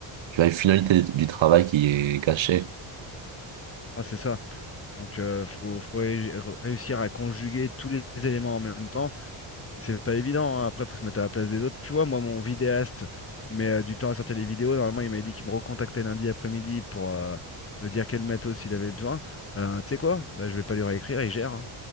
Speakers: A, on the right; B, on the left.
A: tu vois, une finalité du travail qui est gâchée.
B: Ah, c'est ça. Donc, euh, faut, faut ré- réussir à conjuguer tous les éléments en même temps Et C'est pas évident, hein. Après, faut se mettre à la place des autres. Tu vois, moi, mon vidéaste qui met euh, du temps à sortir les vidéos, normalement, il m'a dit qu'il me recontactait lundi après-midi pour euh, me dire quel matos il avait besoin. Ben, tu sais quoi? Ben, je vais pas lui réécrire, il gère. hein.